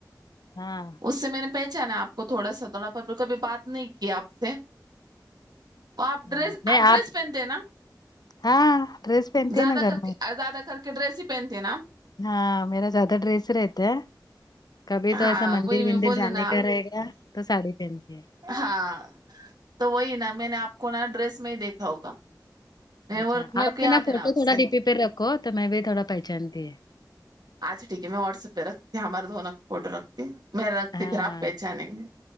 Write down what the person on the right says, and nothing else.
اس سے میں نے پہچا نا آپ کو تھوڑا سا تھوڑا پر پ کبھی بات نہیں کیا آپ سے تو آپ
ڈریس
آپ ڈریس پہنتے ہیں نا
زیادہ
کر کے
زیادہ کر کے ڈریس ہی پہنتے ہیں نا
ہاں
وہی میں
بولے
نا
ہاں تو وہی نا میں نے آپ کو نا ڈریس میں ہی دیکھا ہوگا نہیں
اور میرے
کو
یاد
ہے آپ سے
اچھا ٹھیک ہے میں واٹ سپ رکھتی ہیں ہمارے دونوں کا فوٹو رکھ میں رکھتی
پھر آپ پہچانئینگے